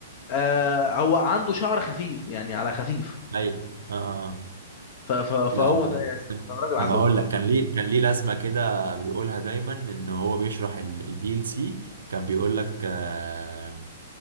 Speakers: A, on the left (about 40°); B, on the right (about 65°).
A: آه هو عنده شعر خفيف يعني على خفيف
B: اي اه آه. آه.
A: ف... ف... فهو
B: لا
A: ده
B: لا،
A: يعني
B: اسلام
A: كان كان راجل عسل
B: طب هقول
A: بصراحه
B: لك كان ليه كان ليه لازمه كده بيقولها دايما ان هو بيشرح البي ال سي كان بيقول لك آه...